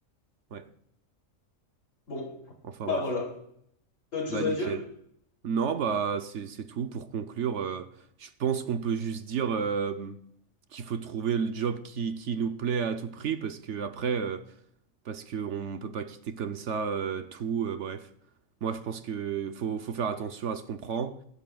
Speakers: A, on the right; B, on the left.
A: ouais,
B: Bon,
A: enfin
B: bah
A: bref.
B: voilà. T'as autre chose
A: Bah
B: à
A: nickel.
B: dire?
A: Non bah c'est c'est tout pour conclure euh, je pense qu'on peut juste dire euh, qu'il faut trouver le job qui qui nous plaît à tout prix parce que après euh, parce qu'on ne peut pas quitter comme ça euh, tout, euh, bref. Moi, je pense que faut, faut faire attention à ce qu'on prend.